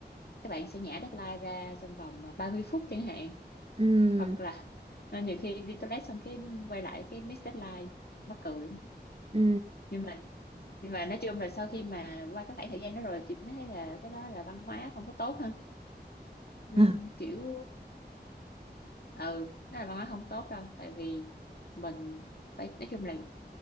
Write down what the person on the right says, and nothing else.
Ừ.
Ừ.
Ừ.